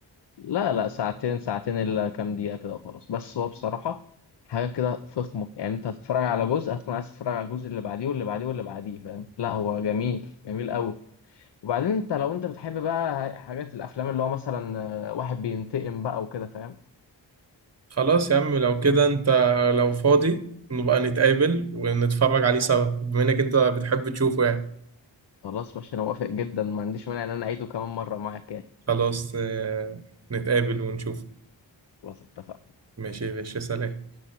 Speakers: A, on the left; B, on the right.
A: لا لا ساعتين ساعتين الا كام دقيقة كده وخلاص بس هو بصراحة حاجة كده فخمة يعني انت هتتفرج على جزء هتكون عايز تتفرج على الجزء اللي بعديه واللي بعديه واللي بعديه فاهم لا هو جميل جميل قوي وبعدين انت لو انت بتحب بقى حاجات الافلام اللي هو مثلا آه، واحد بينتقم بقى وكده فاهم
B: خلاص يا عم لو كده انت لو فاضي نبقى نتقابل ونتفرج عليه سوا بما انك انت بتحب تشوفه يعني
A: خلاص ماشي انا موافق جدا ما عنديش مانع ان انا اعيده كمان مرة معاك يعني
B: خلاص آه، نتقابل ونشوف
A: خلاص اتفقنا
B: ماشي يا باشا سلام